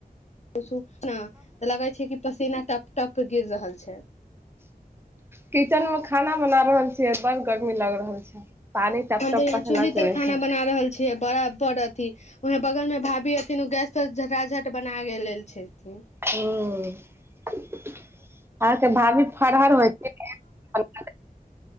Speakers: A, on the left (about 45°); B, on the right (about 15°).
A: छु न तऽ लगे छै कि पसीना टप-टप गिर रहल छै।
B: किचन मे खाना बना रहल छियै बड गर्मी लग रहल छैय। पानी टप-टप
A: हम तऽ यहाँ
B: पसीना
A: चूल्ही तर
B: चुबै
A: खाना
B: छै।
A: बना रहल छियै बराबर अथी उहे बगल मे भाभी हथिन उ गैस पर झटा झट बना गेल-लेल छथिन।
B: हुं- अहांके भाभी फरहर होइथिन। <unintelligible>